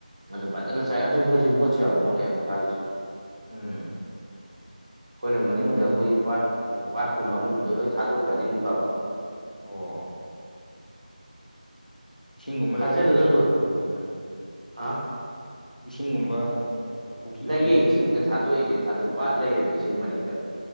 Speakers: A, on the right; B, on the left.
A: ꯑꯗꯨ ꯐꯖꯟꯅ ꯆꯥꯏ ꯑꯗꯨ ꯃꯣꯏꯖꯦ ꯃꯣꯠꯁꯨ ꯌꯥꯝ ꯃꯣꯠꯂꯦ ꯃꯁꯥꯒꯤꯁꯨ꯫
B: ꯎꯝ
A: ꯈꯣꯏꯅ ꯃꯅꯤꯡꯗ
B: ꯅꯣꯏ
A: ꯑꯈꯣꯏꯒꯤ ꯄꯥꯠ ꯎꯝ ꯄꯥꯠꯀꯨꯝꯕ
B: ꯑꯥ
A: ꯑꯃꯒꯨꯝꯕꯗ ꯂꯣꯏ ꯊꯥꯗꯣꯛꯈ꯭ꯔꯗꯤ ꯐꯕ꯫
B: ꯑꯣ ꯏꯁꯤꯡꯒꯨꯝꯕ
A: ꯈꯥꯖꯤꯜꯂꯒ
B: ꯂꯩꯇ꯭ꯔ ꯅꯣꯏ
A: ꯂꯣꯏ
B: ꯅꯣꯏꯔꯣꯝꯗ꯫
A: ꯍꯥ
B: ꯏꯁꯤꯡꯒꯨꯝꯕ ꯑ ꯄꯨꯈ꯭ꯔꯤꯒꯨꯝꯕ
A: ꯂꯩꯌꯦ ꯏꯁꯤꯡꯗ
B: ꯂꯩꯇ꯭ꯔꯣ
A: ꯊꯥꯗꯣꯛꯏꯅꯦ ꯊꯥꯗꯣꯛ ꯄꯥꯠ ꯂꯩꯌꯦꯕ ꯏꯁꯤꯡ ꯃꯅꯤꯡꯗ꯫